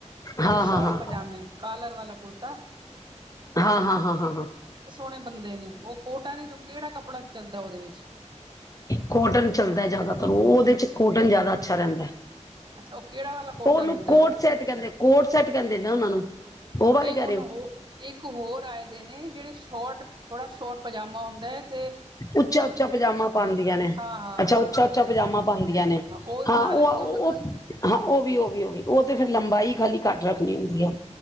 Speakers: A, on the left; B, on the right.
A: ਹਾਂ
B: ਤੇ ਛੋਟ
A: ਹਾਂ ਹਾਂ
B: ਪਜ਼ਾਮੇ ਕਾਲਰ ਵਾਲਾਂ ਕੁੜਤਾ।
A: ਹਾਂ ਹਾਂ ਹਾਂ ਹਾਂ ਹਾ
B: ਆਪਣੇ ਬਣਦੇ ਨੇਂ ਉਹ ਕੋਟਨ ਜੋ ਕਿਹੜਾ ਕੱਪੜਾ ਚੱਲਦਾ ਉਹਦੇ ਵਿੱਚ।
A: ਕੋਟਨ ਚੱਲਦਾ ਜ਼ਿਆਦਾਤਰ ਉਹ ਉਹਦੇ ਕੋਟਨ ਜ਼ਿਆਦਾ ਅੱਛਾ ਰਹਿੰਦਾ ਹੈ।
B: ਅੱਛਾ ਉਹ ਕਿਹੜਾ ਵਾਲਾ ਕੋਟਨ
A: ਉਹਨੂੰ
B: ਹੁੰਦਾ
A: ਕੋਟ
B: ਉਹ
A: ਸੈਂਟ ਕਹਿੰਦੇ। ਕੋਟ ਸੈਂਟ ਕਹਿੰਦੇ ਨਾਂ ਉਹਨਾਂ ਨੂੰ। ਉਹ ਵਾਲੇ
B: ਨਹੀਂ
A: ਕਹਿ
B: ਉਹਨੂੰ
A: ਰਹੇ ਹੋ
B: ੲੌ ਇੱਕ ਹੋਰ ਆਏਂ ਦੇ ਨੇਂ ਜਿਹੜੇ ਸ਼ੋਟ। ਥੋੜਾਂ ਸ਼ੋਟ ਪਜ਼ਾਮਾ ਹੁੰਦਾਂ <inaudible>
A: ਉੱਚਾ-ਉੱਚਾ ਪਜਾਮਾ ਪਾਂਦੀਆਂ ਨੇਂ।
B: ਹਾਂ ਹਾਂ ਹਾਂ
A: ਅੱਛਾ ਉੱਚਾ-ਉੱਚਾ
B: ਹਾਂ ਹਾਂ
A: ਪਜਾਮਾ ਪਾਂਦੀਆਂ ਨੇਂ,
B: ਉਹ ਬਣਾ
A: ਹਾਂ ਓ
B: ਲੈਂਦੇ ਹੋਗੇ ਤੁਸੀਂ?
A: ਹਾਂ ਓ ਵੀ ਓ ਵੀ ਤੇ ਫ਼ਿਰ ਲੰਬਾਈ- ਖਾਲੀ ਘੱਟ ਰੱਖਣੀ ਹੁੰਦੀ ਐ।